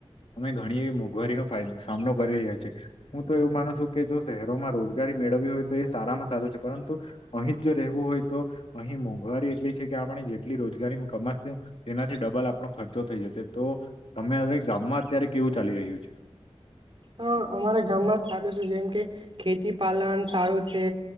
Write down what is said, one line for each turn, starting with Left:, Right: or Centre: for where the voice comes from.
Left: અમે ઘણી એવી મોંઘવારીનો સામનો કરી રહ્યા છીએ હું તો એવું માનું છું કે જો શહેરોમાં રોજગારી મેં મેળ હોય તો એ સારામાં સારું છે પરંતુ અહીં જ જો રહેવું હોય તો અહીં મોંઘવારી એટલી છે કે આપણે જેટલી રોજગારીમાં કમા તેનાથી ડબલ આપણો ખર્ચો થઈ જશે તો તમે હવે ગામમાં અત્યારે કેવું ચાલી રહ્યું છે.
Right: હા અમારા ગામમાં સારું છે જેમ કે ખે તિ પાલન સારું છે